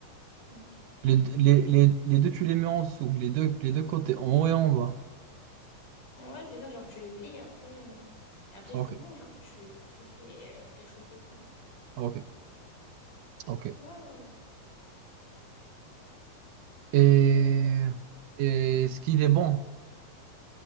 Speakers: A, on the left; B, on the right.
A: Mm.
B: les, les,
A: Ok.
B: les, les deux, tu les mets en dessous, les deux, les deux côtés, en haut et en bas.
A: Ouais, c'est ça, genre tu le plies et après, euh, et après
B: Ok,
A: c'est bon, genre tu, tu le fais euh, réchauffer quoi.
B: ok, ok.
A: Ouais, ouais, ouais.
B: Et,
A: Et euh,
B: et est-ce qu'il est bon?